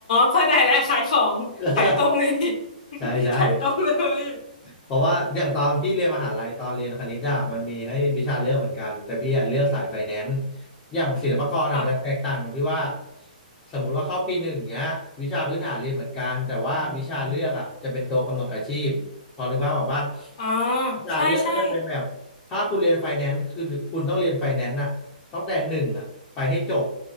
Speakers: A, on the left; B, on the left.
A: เข้าใจแล้วขายของขายตรงเลยนี่
B: <laughs> ใช่ใช่
A: <laughs> ขายตรงเลย
B: เพราะว่าอย่างตอนพี่เรียนมหาลัยตอนเรียนคณิตอะมันมีให้วิชาเลือกเหมือนกันแต่พี่อะเลือกสายไฟแนนซ์อย่างศิลปากรอะมันจะแตกต่างตรงที่ว่า
A: ค่ะ
B: สมมุติว่าเข้าปีหนึ่งเนี้ยวิชาพื้นฐานเรียนเหมือนกันแต่ว่าวิชาเลือกอะจะเป็นตัวกำหนดอาชีพพอนึกภาพออกปะ
A: อ่า
B: วิชาเลือกก็จะเป็นแบบถ้าคุณเรียนไฟแนนซ์คือคุณต้องเรียนไฟแนนซ์อะตั้งแต่หนึ่งอะไปให้จบ
A: ใช่ใช่